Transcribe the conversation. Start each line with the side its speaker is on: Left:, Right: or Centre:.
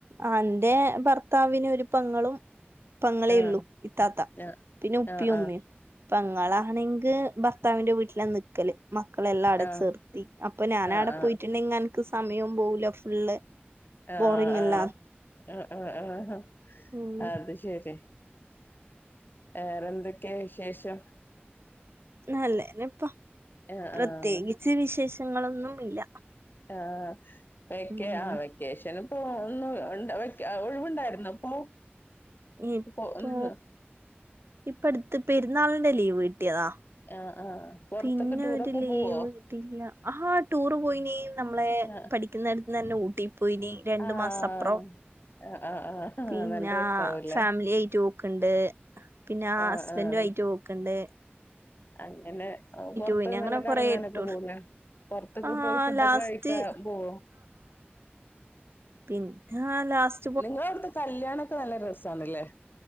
Right: ആഹ് ൻ്റെ ഭർത്താവിന് ഒരു പങ്ങളും പങ്ങളേ
Left: ആഹ്
Right: ഒള്ളു പിന്നെ ഇത്താത്ത
Left: ആഹ്
Right: പിന്നെ ഉപ്പിയും
Left: ആഹ് ആഹ്
Right: ഉമ്മയും പെങ്ങളാണെങ്കിൽ ഭർത്താവിന്റെ വീട്ടില നിൽക്കല് മക്കളെല്ലാം അവിടെ
Left: ആഹ്
Right: ചേർത്തി അപ്പൊ ഞാൻ
Left: ആഹ്
Right: അവിടെ
Left: ആഹ്
Right: പോയിട്ടുണ്ടെങ്കിൽ എനിക്ക് സമയവും പോകില്ല ഫുള്ള്
Left: ആഹ്
Right: ബോറിങ്ങല്ലാ
Left: ആഹ് ആഹ് ആഹ്
Right: ഉം
Left: അത് ശരി വേറെ എന്തൊക്കെയ വിശേഷം
Right: നല്ലേപ്പ
Left: ആഹ്
Right: പ്രത്യേകിച്ച്
Left: ആഹ്
Right: വിശേഷങ്ങളൊന്നു. ഇല്ല
Left: ആഹ് വെക്കെ
Right: ഉം
Left: ആ വെക്ക വെക്കേഷന് ഇപ്പോ ഒന്ന് ഒഴിവുണ്ടായിരുന്നു അപ്പൊ
Right: ഇപ്പൊ
Left: ഇപ്പോ ന്
Right: ഇപ്പ അടുത്ത് പെരുന്നാളിന് ലീവ് കിട്ടിയതാ
Left: ആഹ് ആഹ് പൊറത്തൊക്കെ
Right: പിന്നെ
Left: ടൂറൊക്കെ
Right: ഒരു ലീവ്
Left: പോവോ
Right: കിട്ടിയില്ല ആ ടൂറ് പോയിനി നമ്മളെ പഠി
Left: ആഹ്
Right: പഠിക്കുന്നത് തന്നെ ഊട്ടി പോയിനി രണ്ടു
Left: ആഹ്
Right: മാസം അപ്പുറം
Left: ആഹ് ആഹ് ആഹ്
Right: പിന്നെ
Left: നല്ല രസാവുല്ലേ
Right: ഫാമിലി ആയിട്ട് പോക്ക് ഇണ്ട് പിന്നെ ആ
Left: ആഹ്
Right: ഹസ്ബൻറു
Left: ആഹ്
Right: ആയിട്ട് പോക്കണ്ട്
Left: അങ്ങനെ പൊറത്തൊക്കെ
Right: പോയിനി അങ്ങനെ
Left: നല്ലക്കെറങ്ങാനൊക്കെ
Right: കൊറേ ടൂർ
Left: പോല പൊറത്തൊക്കെ
Right: ആ
Left: പോയി ഫുഡൊക്കെ
Right: ലാസ്റ്റ്
Left: കഴിക്കാ പോവോ
Right: ഇൻക്കാ ലാസ്
Left: നിങ്ങള അവിടുത്തെ കല്യാണൊക്കെ നല്ല രസണല്ലേ